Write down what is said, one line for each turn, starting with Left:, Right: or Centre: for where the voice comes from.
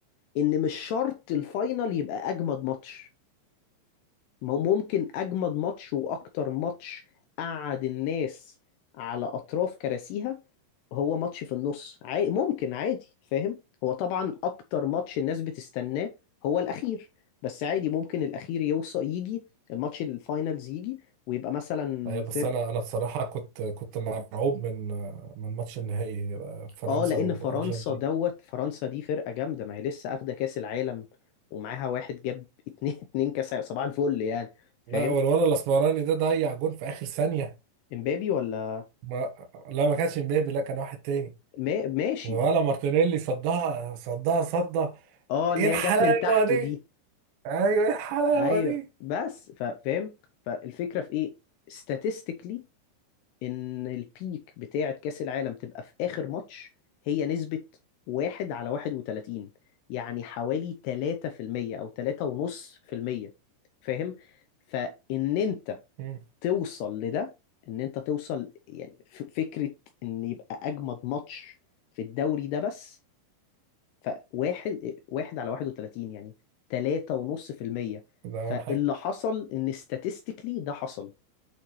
Left: ان مش شرط الفاينل يبقى اجمد ماتش ما هو ممكن اجمد ماتش واكتر ماتش قعد الناس على اطراف كراسيها هو ماتش في النص عادي ممكن عادي فاهم هو طبعا اكتر ماتش الناس بتستناه هو الاخير بس عادي ممكن الاخير يوصل يجي الماتش الفاينلز يجي ويبقى مثلا
Right: آه بس
Left: فرقة
Right: انا انا بصراحه كنت كنت مرعوب من آه، من ماتش النهائي آه، فرنسا
Left: اه لان
Right: وارجنتين
Left: فرنسا دوت فرنسا دي فرقه جامده ما هي لسه اخده كاس العالم ومعاها واحد جاب اتنين <laughs> اتنين كاس عالم. صباح الفل يعني فاهم
Right: لا والولد الاسمراني ده ضيع جون في اخر ثانيه
Left: امبابي ولا
Right: ما لا ما كانش مبابي لا كان واحد تاني
Left: ما ماشي
Right: ولا مارتينيلي صدها صدها صدها
Left: اه اللي
Right: ايه الحلاوه
Left: هي جت من تحته
Right: دي
Left: دي
Right: ايوه ايه الحلاوه
Left: ايوه
Right: دي
Left: بس ف- فاهم فالفكره في ايه statistically ان البيك بتاعه كاس العالم تبقى في اخر ماتش هي نسبه واحد على واحد وتلاتين يعني حوالي تلاتة في المية او تلاتة ونص في المية فاهم فان انت
Right: مم.
Left: توصل لده ان انت توصل يعني ف- فكرة ان يبقى اجمد ماتش في الدوري ده بس فواحد واحد على 31 يعني 3.5%
Right: ده
Left: فاللي
Right: اول حاجه
Left: حصل ان statistically ده حصل